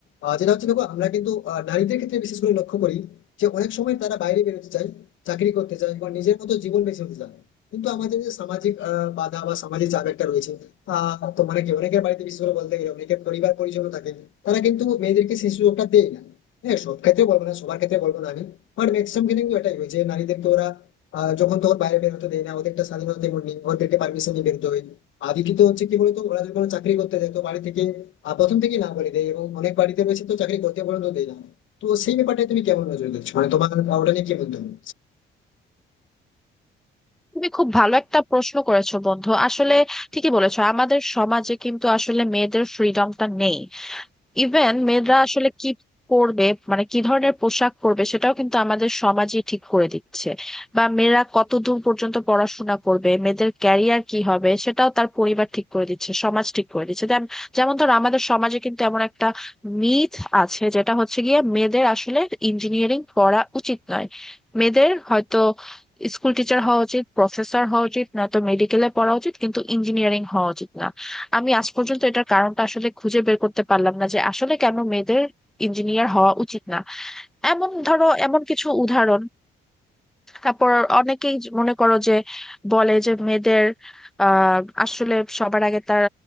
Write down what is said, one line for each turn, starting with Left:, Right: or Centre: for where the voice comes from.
Left: আহ, যেটা হচ্ছে দেখো আমরা কিন্তু আহ, নারীদের ক্ষেত্রে বিশেষ করে লক্ষ্য করি যে অনেক সময় তারা বাইরে বেরোতে চায় চাকরি করতে চায় বা নিজের মতো জীবন বেছে নিতে চায় কিন্তু আমাদের যে সামাজিক আহ, বাধা বা সামাজিক চাপ একটা রয়েছে আহ তো মানে কি অনেকের বাড়িতে বিশেষ করে বলতে গেলে অনেকের পরিবার পরিজন থাকে তারা কিন্তু মেয়েদেরকে সেই সুযোগটা দেয় না হ্যাঁ সব ক্ষেত্রে বলবো না সবার ক্ষেত্রে বলবো না আমি বাট ম্যাক্সিমাম কিন্তু এটাই হয় যে নারীদেরকে ওরা আহ যখন তখন বাইরে বের হতে দেয় না ওদের একটা স্বাধীনতা তেমন নেই ওদেরকে পারমিশন নিয়ে বেরোতে হয় আর দ্বিতীয়ত হচ্ছে কি বলতো ওরা যদি কোনো চাকরি করতে যায় তো বাড়ি থেকে আহ, প্রথম থেকে না বলে দেয় এবং অনেক বাড়িতে রয়েছে তো চাকরি করতে পর্যন্ত দেয় না তো সেই ব্যাপারটা তুমি কেমন নজর দিচ্ছ মানে তোমার ওটা নিয়ে কি বলতে হবে?
Centre: তুমি খুব ভালো একটা প্রশ্ন করেছো বন্ধু আসলে ঠিকই বলেছো আমাদের সমাজে কিন্তু আসলে মেয়েদের ফ্রিডমটা নেই ইভেন মেয়েরা আসলে কি পরবে মানে কি ধরনের পোশাক পরবে সেটাও কিন্তু আমাদের সমাজই ঠিক করে দিচ্ছে বা মেয়েরা কতদূর পর্যন্ত পড়াশোনা করবে মেয়েদের ক্যারিয়ার কি হবে সেটাও তার পরিবার ঠিক করে দিচ্ছে সমাজ ঠিক করে দিচ্ছে যেম- যেমন ধর আমাদের সমাজে কিন্তু এমন একটা মিথ আছে যেটা হচ্ছে গিয়ে মেয়েদের আসলে ইঞ্জিনিয়ারিং পড়া উচিত নয় মেয়েদের হয়তো স্কুল টিচার হওয়া উচিত প্রফেসর হওয়া উচিত নয়তো মেডিকেলে পড়া উচিত কিন্তু ইঞ্জিনিয়ারিং হওয়া উচিত না আমি আজ পর্যন্ত এটার কারণটা আসলে খুঁজে বের করতে পারলাম না যে আসলে কেন মেয়েদের ইঞ্জিনিয়ার হওয়া উচিত না এমন ধরো এমন কিছু উদাহরণ তারপর অনেকেই জ- মনে করো যে বলে যে মেয়েদের আহ আসলে সবার আগে তার